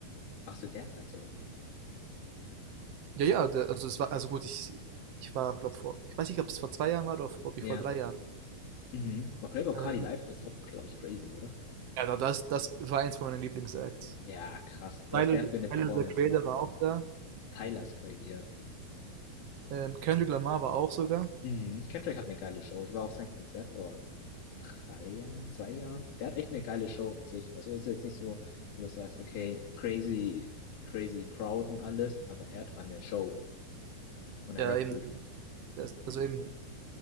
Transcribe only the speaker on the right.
Ja, ja, der, also es war, also gut, ich, ich war, glaube vor, ich weiß nicht, ob es vor zwei Jahren war oder ob ich
vor drei Jahren.
Ähm,
ja, na, das, das war eins von meinen Lieblingsacts.
Tyler,
Tyler the Creator
war auch da.
Ähm, Kendrick Lamar war auch sogar.
Ja,
eben,
der ist- also eben,